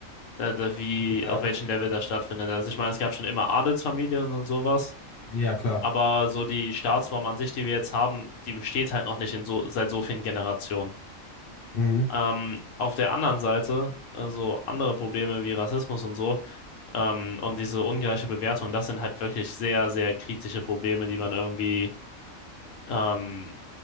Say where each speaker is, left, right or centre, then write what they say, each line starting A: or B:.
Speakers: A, on the left; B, on the left.
A: da, da, wie,
B: Ja,
A: auf welchem Level das stattfindet. Also ich meine, es gab schon immer Adelsfamilien und sowas.
B: ja, klar.
A: Aber so die Staatsform an sich, die wir jetzt haben, die besteht halt noch nicht in so, seit so vielen Generationen.
B: Mhm.
A: Ähm, auf der anderen Seite, äh, so andere Probleme wie Rassismus und so, ähm, und diese ungleiche Bewertung, das sind halt wirklich sehr, sehr kritische Probleme, die man irgendwie, ähm,